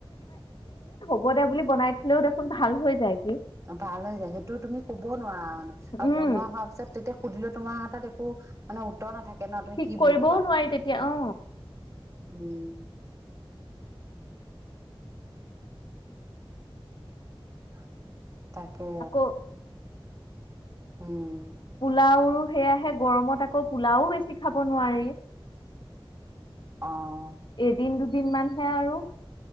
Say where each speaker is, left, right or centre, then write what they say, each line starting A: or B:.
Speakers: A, on the left; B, on the right.
A: হবদে বুলি বনাই থলেও দেখোন ভাল হৈ যায়
B: ভাল হৈ যায় সেইটো তুমি ক'ব নোৱাৰা মানে
A: উম
B: আৰু বনোৱা হোৱাৰ পিছত তেতিয়া সুধিলে তোমাৰ হাতত একো মানে উত্তৰ নাথাকে ন তুমি
A: ঠিক
B: কি বুলি
A: কৰিবও
B: কবা
A: নোৱাৰি তেতিয়া অ
B: উম <inaudible> তাকে
A: আকৌ
B: উম
A: পোলাও সেয়াহে গৰমত আকৌ পোলাও বেছি খাব নোৱাৰি
B: অ
A: এদিন দুদিন দুদিন মানহে আৰু